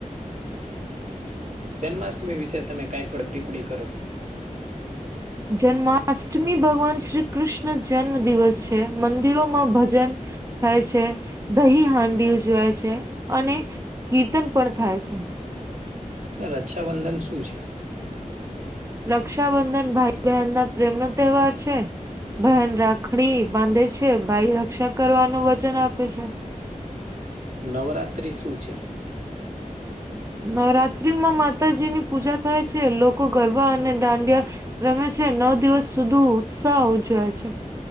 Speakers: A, on the right (about 60°); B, on the right (about 20°).
A: જન્માષ્ટમી વિશે તમે કાઈ પણ ટીપ્પણી કરો
B: જન્માષ્ટમી ભગવાન શ્રી કૃષ્ણ જન્મ દિવસ છે, મંદિરોમાં ભજન થાય છે, દહી હાંડી ઉજવાય છે, અને કીર્તન પણ થાય છે.
A: રક્ષાબંધન શું છે?
B: રક્ષાબંધન ભાઈ બહેનના પ્રેમનો તહેવાર છે. બહેન રાખડી બાંધે છે, ભાઈ રક્ષા કરવાનું વજન આપે છે.
A: નવરાત્રી શું છે?
B: નવરાત્રીમાં માતાજીની પૂજા થાય છે, લોકો ગરબા અને દાંડિયા રમે છે, નવ દિવસ સુધુ ઉત્સાહ ઉજવાય છે.